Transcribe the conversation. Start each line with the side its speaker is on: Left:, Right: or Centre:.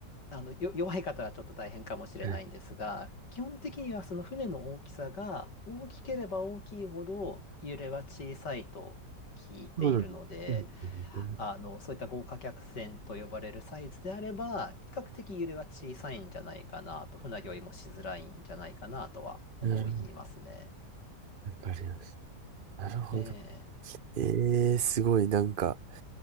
Left: あの、よ、弱い方はちょっと大変かもしれないんですが、
Right: はい
Left: 基本的にはその船の大きさが大きければ大きいほど揺れは小さいと聞いているので、
Right: そうなんです。うんうん
Left: あの、そういった豪華客船と呼ばれるサイズであれば、比較的揺れは小さいんじゃないかなと、船酔いもしづらいんじゃないかなとは思いますね。
Right: なるほどわかります。なるほど。
Left: ええ
Right: ええすごい、なんか、